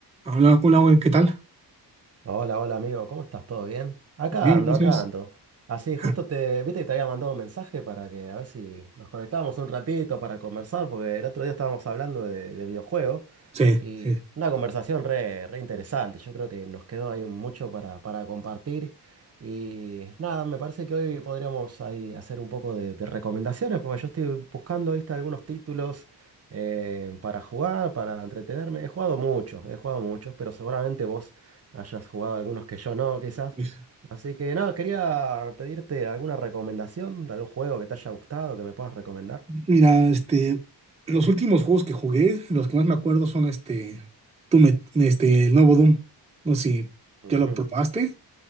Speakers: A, on the right; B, on the right.
A: Hola, hola, güey, ¿qué tal?
B: Hola, hola amigo, ¿cómo estás? ¿Todo bien? Acá
A: Bien,
B: ando,
A: gracias.
B: acá ando. Así,
A: <laughs>
B: justo te, viste que te había mandado un mensaje para que a ver si nos conectábamos un ratito para conversar, porque el otro día estábamos hablando de, de videojuegos
A: Sí,
B: y
A: sí.
B: una conversación re, re interesante. Yo creo que nos quedó ahí mucho para, para compartir y nada, me parece que hoy podríamos ahí hacer un poco de, de recomendaciones, porque yo estoy buscando, viste, algunos títulos eh, para jugar, para entretenerme. He jugado muchos, he jugado muchos, pero seguramente vos hayas jugado algunos que yo no, quizás.
A: sí.
B: Así que nada, quería pedirte alguna recomendación de algún juego que te haya gustado, que me puedas recomendar.
A: Mira, este, los últimos juegos que jugué, los que más me acuerdo son este, tú me, este, el nuevo Doom. No sé si
B: Ujú.
A: ya lo probaste,